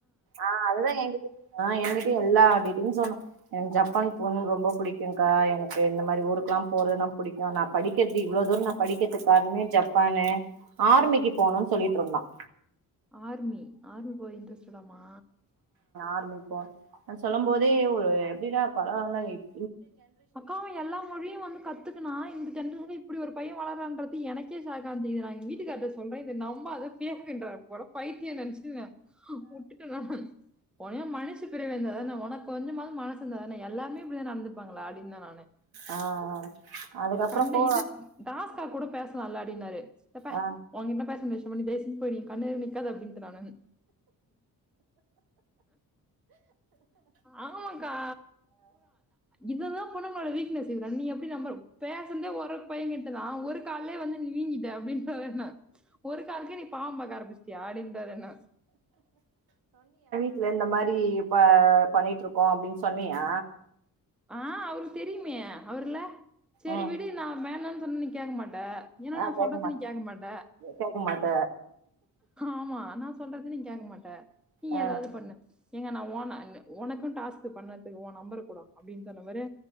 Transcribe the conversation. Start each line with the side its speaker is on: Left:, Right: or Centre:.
Right: ஆ அதுதான் எங்கிட்ட ஆ எங்கிட்டய எல்லாம் அப்டி அப்படின்னு சொன்னா எனக்கு ஜப்பானுக்கு போணுன்னு ரொம்ப புடிக்கும்க்கா எனக்கு இந்த மாதிரி ஊருக்கல்லாம் போறதுனா புடிக்கும் நான் படிக்கிறது இவ்ளோ தூரம் நான் படிக்கிறதுக்கு காரணமே ஜப்பான்னு ஆர்மிக்கு போணும்ன்னு சொல்லிட்டு இருந்தான்
Centre: ஆர்மி ஆர்மி போரா இன்ட்ரெஸ்ட்டடோ மா
Right: ஆரமிக்கா சொல்லும் போதே ஒரு எப்படிடா பரவாயில்ல எப்
Centre: அக்கா எல்லா மொழியும் வந்து கத்துக்கின்னா இந்த எங்கயிருந்து இப்படி ஒரு பையன் வாரான்றது எனக்கே சாக் அப்டிகிறான் நான் எங்க வீட்டுக்கார்ட்ட சொல்றேன் இத நம் ரொம்ப அது கிய்கின்றார் போல பைத்தியம்ன்னு நெனச்சிட்டு உப்பு போட்டுட்டு நானு உடனே மனுஷப் பிறவியிருந்தா தானே உனக்கு கொஞ்சமாவது மனசு இருந்தானே எல்லாருமே இப்படிதான் நடந்துப்பாங்க வாடினா வானே
Right: ஆ அதுக்கப்புறோ
Centre: உக்கண்ணு
Right: போ
Centre: இது பாஸ்தா கூட பேச தல்லாடினாரு எப்ப
Right: ஆ
Centre: ஓங்கிட்டலா பேச முடியாது நீ பேசின்னு போயிரு கண்ணுக்கே நிக்காத அப்டின்டே நான்னு ஆமாக்கா இததான் பொண்ணுங்களோட வீக்னஸ் நீ எப்டி நம்ப பேசுனதே ஒரு பையன்கிட்டதான் ஒரு காலே வந்து நீங்கிட்ட அப்டின்றாரு என்ன ஒரு காலுக்கே நீ பாவம் பாக்க ஆரம்பிச் யாடிப்பாரு என்ன
Right: இல்ல இந்த மாரி ப பண்ணிட்டுருக்கோ அப்பிடின்னு சொன்னியா
Centre: ஆ அவருக்கு தெரியுமே அவுர்ல்ல சேரி
Right: ம்
Centre: விடு நா வேணன் சொன் நீ கோக் மாட் ட்ட ஏன்னா
Right: ஆ
Centre: நா
Right: கேக்க
Centre: சொல்றத நீ கேட்க மாட்ட
Right: கேக்க மாட்ட
Centre: ஆமா நா சொல்றது நீ கேக்க மா ட்ட நீ
Right: ஆ
Centre: ஏதாது பண்ணு எங்க நா ஓனா ன் உனக்கு டாஸ்க் பண்ணதுக்கு உ நம்பர கூடோ அப்பிடின்னு சொன்னா பாரு